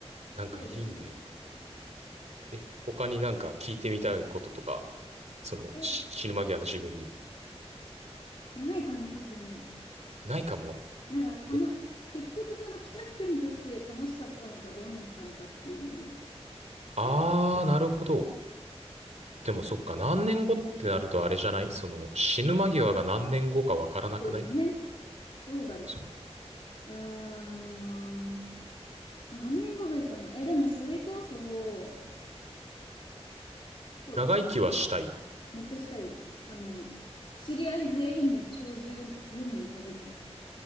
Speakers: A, on the right; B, on the left.
A: なんかいいね。
B: そうですね。
A: え、他になんか聞いてみたいこととかそのし死ぬ間際の自分に。
B: えないかも、特に。
A: ないかも。
B: なんか、たの、
A: え、
B: 結局、その、帰着点として楽しかったのか、どうなったのかっていうのを、
A: あー、
B: あの、
A: なるほど。でもそっか、何年後ってなるとあれじゃないその死ぬ間際が何年後かわからなくない
B: そうですね。どうだろ
A: そう。
B: う。うーん。何年後がいいかな。え、でも、それこそ、そうだな。
A: 長生きはしたい。
B: めっちゃしたいです。あの、知り合い全員の弔辞を読むのが夢です。